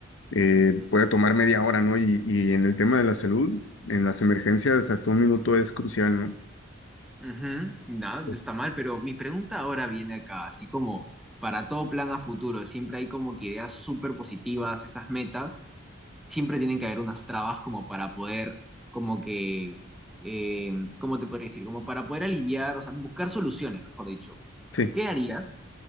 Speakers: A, on the left (about 65°); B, in the centre.
A: eh, puede tomar media hora, ¿no? Y, y en el tema de la salud, en las emergencias, hasta un minuto es crucial,
B: Ujú, nada, no
A: ¿no?
B: está mal, pero mi pregunta ahora viene acá, así como para todo plan a futuro, siempre hay como que ideas súper positivas, esas metas, siempre tienen que haber unas trabas como para poder, como que, eh, ¿cómo te podría decir? Como para poder aliviar, o sea, buscar soluciones, mejor dicho.
A: Sí.
B: ¿Qué harías